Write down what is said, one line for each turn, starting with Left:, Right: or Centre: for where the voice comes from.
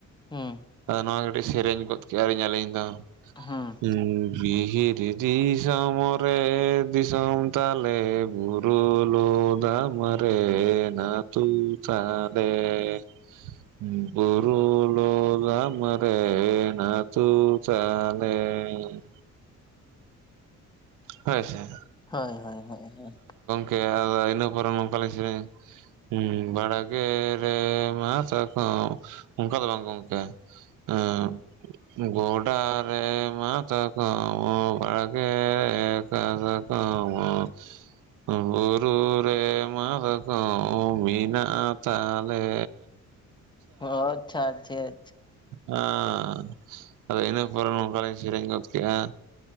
Left: ᱦᱩᱸ
Right: ᱱᱚᱣᱟ ᱠᱟᱹᱴᱤᱡ ᱥᱮᱨᱮᱧ ᱜᱚᱫ ᱠᱮᱭᱟᱼᱟ ᱞᱤᱧ ᱟᱹᱞᱤᱧ ᱫᱚ
Left: ᱦᱩᱸ
Right: ᱦᱩᱢ ᱦᱤᱦᱤᱨᱤ ᱡᱤᱣᱤ ᱡᱷᱚᱢᱚᱨ ᱨᱮ ᱫᱤᱥᱚᱢ ᱛᱟᱞᱮ ᱵᱩᱨᱩ ᱞᱚᱫᱟᱢ ᱨᱮ ᱱᱟᱹᱛᱩ ᱛᱟᱞᱮᱻ ᱩᱸ ᱵᱩᱨᱩ ᱞᱚᱫᱟᱢ ᱨᱮ ᱱᱟᱹᱛᱩ ᱛᱟᱻᱞᱮᱻ ᱞᱮᱻ ᱦᱳᱭ ᱥᱮ᱾
Left: ᱦᱳᱭ ᱦᱳᱭ ᱦᱳᱭ ᱦᱳᱭ᱾
Right: ᱠᱮᱭᱟ ᱟᱫᱚ ᱤᱱᱟᱹ ᱯᱚᱨᱮ ᱱᱚᱝᱠᱟᱹ ᱞᱤᱧ ᱥᱮᱨᱮᱧ ᱦᱩᱸᱻ ᱵᱟᱲᱟ ᱜᱮ ᱨᱮ ᱢᱟᱥᱠᱚᱢ, ᱚᱝᱠᱟ ᱫᱚ ᱵᱟᱝ ᱜᱚᱝᱠᱮ᱾ ᱮᱸᱜ ᱜᱚᱰᱟ ᱨᱮ ᱢᱟᱛᱠᱚᱢ ᱵᱟᱲᱜᱮ ᱨᱮ ᱠᱟᱥᱠᱚᱢ ᱵᱩᱨᱩ ᱨᱮ ᱢᱟᱛᱠᱚᱢ ᱢᱮᱱᱟᱜ ᱛᱟᱞᱮᱻ᱾
Left: ᱦᱚ, ᱟᱪᱪᱷᱟ ᱪᱷᱟ᱾
Right: ᱦᱟᱸᱻ, ᱟᱫᱚ ᱤᱱᱟᱹ ᱯᱚᱨᱮ ᱱᱚᱝᱠᱟᱞᱤᱧ ᱥᱮᱨᱮᱧ ᱜᱚᱫ ᱠᱮᱜ-ᱟ᱾